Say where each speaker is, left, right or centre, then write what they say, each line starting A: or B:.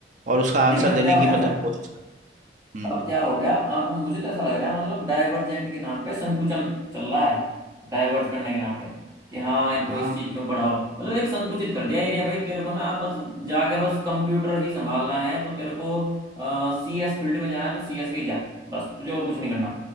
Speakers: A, on the right; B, on the right.
A: और उसका
B: लेकिन
A: आंसर
B: अब क्या
A: देने
B: हो
A: की
B: गया
A: मतलब
B: ना सर
A: कोशिश करे हम्म
B: अब क्या हो गया अ, मुझे तो ऐसा लग रहा है मतलब डाइवर्जेंट के नाम पे संकुचन चल रहा है डाइवर्ज करने के नाम पे कि हाँ इनको
A: हाँ
B: इस चीज में पढ़ाओ मतलब एक संकुचित कर दिया एरिया भाई तेरे को ना बस जाके बस कंप्यूटर ही संभालना है तो तेरे को सी एस फील्ड में जाना है तो सी एस के ही जा बस तुझे और कुछ नहीं करना